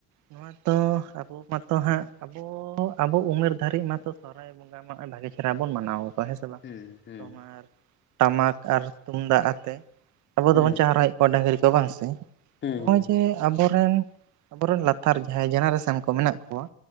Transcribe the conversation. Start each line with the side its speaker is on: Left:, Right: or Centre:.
Right: ᱱᱚᱣᱟᱛᱚ ᱟᱵᱚ ᱢᱟᱛᱚ ᱦᱟᱸᱜ ᱟᱵᱚ ᱟᱵᱚ ᱩᱢᱮᱨ ᱫᱷᱟᱹᱨᱤᱡᱽ ᱢᱟᱛᱚ ᱥᱚᱨᱦᱟᱭ ᱵᱚᱸᱜᱟ ᱢᱟ ᱵᱷᱟᱜᱮ ᱪᱮᱦᱨᱟ ᱵᱚᱱ ᱢᱟᱱᱟᱣ ᱟᱠᱚᱣᱟ ᱦᱮᱸ ᱥᱮ ᱵᱟᱝ
Left: ᱦᱩᱸ ᱦᱩᱸ
Right: ᱛᱳᱢᱟᱨ ᱴᱟᱢᱟᱠ ᱟᱨ ᱛᱩᱢᱫᱟᱜ ᱟᱛᱮ ᱟᱵᱚ
Left: ᱦᱩᱸ
Right: ᱫᱚᱵᱚᱱ ᱪᱟᱨᱦᱟᱣᱮᱫ ᱠᱚᱣᱟ ᱰᱟᱹᱝᱨᱤ ᱠᱚ ᱵᱟᱝ ᱥᱮ
Left: ᱦᱩᱸ
Right: ᱱᱚᱜ-ᱚᱭ ᱡᱮ ᱡᱮ ᱟᱵᱚᱨᱮᱱ ᱟᱵᱚᱨᱮᱱ ᱞᱟᱛᱟᱨ ᱡᱟᱦᱟᱸᱭ ᱡᱮᱱᱟᱨᱮᱥᱮᱱ ᱠᱚ ᱢᱮᱱᱟᱜ ᱠᱚᱣᱟ